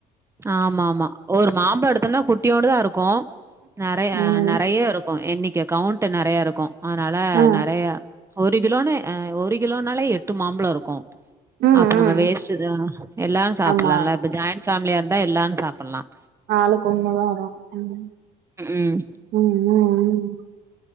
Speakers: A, on the right; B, on the right.
A: ஆமா ஆமா ஒரு மாம்பழ எடுத்தோம்னா குட்டியோன்டு தான் இருக்கும் நறைய
B: ம்
A: நறைய
B: ம்
A: இருக்கும் இன்னைக்கு கவுண்ட் நறையா இருக்கும் அதனால
B: ஆ
A: நறையா ஒரு கிலோன்னு ஒரு கிலோனால எட்டு மாம்பழம் இருக்கும்
B: ம்
A: அப்ப நம்ம
B: ம்
A: வேஸ்ட் தான் எல்லாரும் சாப்படலாம்
B: ஆமா
A: இல்ல இப்ப ஜாயிண்ட் ஃபேமிலியா இருந்தா எல்லாரும் சாப்பல்லாம்
B: ஆளுக்கு ஒன்னுதான் வரும் ம்
A: ம்.
B: ம் ம் ம்